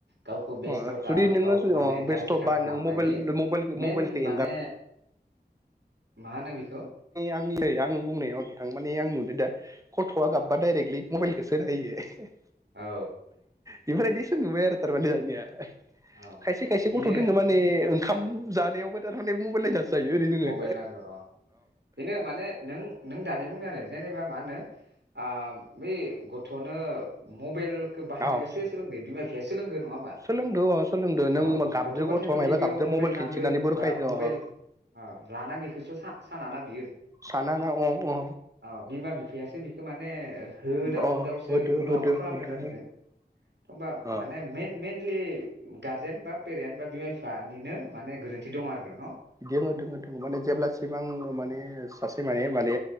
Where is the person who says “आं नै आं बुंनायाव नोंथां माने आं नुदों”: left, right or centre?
Right